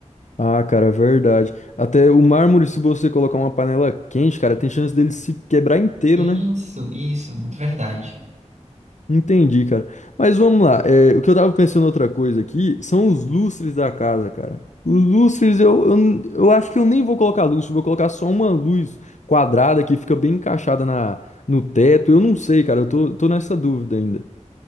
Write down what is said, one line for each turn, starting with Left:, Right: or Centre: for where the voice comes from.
Left: Ah, cara, é verdade. Até o mármore, se você colocar uma panela quente, cara, tem chance dele se quebrar inteiro,
Right: Isso,
Left: né?
Right: isso, muito verdade.
Left: Entendi, cara. Mas vamos lá. é, o que eu tava pensando outra coisa aqui são os lustres da casa, cara. Os lustres, eu, eu, n- eu acho que eu nem vou colocar lustre, eu vou colocar só uma luz quadrada que fica bem encaixada na, no teto. Eu não sei, cara. Eu tô, tô nessa dúvida ainda.